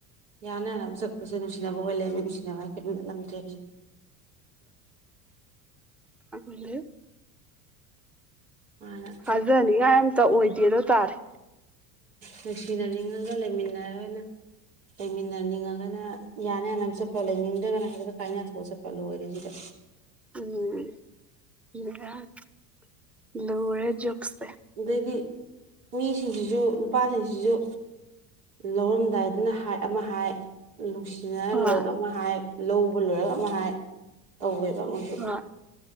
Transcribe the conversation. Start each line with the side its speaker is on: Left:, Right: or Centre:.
Right: ꯌꯥꯅ ꯌꯥꯅꯕ ꯆꯠꯄꯁꯦ ꯅꯨꯡꯁꯤꯅꯕ ꯑꯣꯏ ꯂꯩꯔꯝꯃꯦ ꯅꯨꯡꯁꯤꯅꯕ ꯍꯥꯏꯁꯦ ꯀꯩꯁꯨ ꯅꯠꯂꯝꯗ꯭ꯔꯦ <inaudible>
Centre: ꯑꯗꯨꯗꯤ
Right: ꯃꯥꯅ
Centre: ꯊꯥꯖꯅꯤꯉꯥꯏ ꯑꯝꯇ ꯑꯣꯏꯗꯦꯗꯨ ꯇꯥꯔꯦ
Right: ꯅꯨꯡꯁꯤꯅꯅꯤꯡꯉꯒ ꯂꯩꯃꯤꯟꯅꯔꯅ ꯂꯩꯃꯤꯟꯅꯅꯤꯡꯉꯒꯅ ꯌꯥꯅ ꯌꯥꯅꯕ ꯆꯠꯄ ꯂꯩꯅꯤꯡꯗ꯭ꯔꯒꯅ ꯍꯦꯛꯇ ꯀꯥꯏꯅ ꯊꯣꯛꯑ ꯆꯠꯄ ꯂꯣꯏꯔꯦ ꯁꯤꯗ
Centre: ꯎꯝ ꯕꯦꯔꯥꯅꯤ ꯂꯣꯏꫪꯦ ꯖꯨꯒ ꯁꯦ
Right: ꯑꯗꯩꯗꯤ ꯃꯤꯁꯤꯡꯁꯤꯁꯨ ꯅꯨꯄꯥꯁꯤꯡꯁꯤꯁꯨ ꯂꯧꯔꯝꯗꯥꯏꯗꯅ ꯍꯥꯏ ꯑꯃ ꯍꯥꯏ ꯅꯨꯡꯁꯤꯅꯔ
Centre: ꯍꯣꯏ
Right: ꯂꯣꯏꯔꯒ ꯑꯃ ꯍꯥꯏ ꯂꯧꯕ ꯂꯣꯏꯔꯒ ꯑꯃ ꯍꯥꯏ ꯇꯧꯋꯦꯕ ꯃꯣꯏꯁꯨ
Centre: ꯍꯣꯏ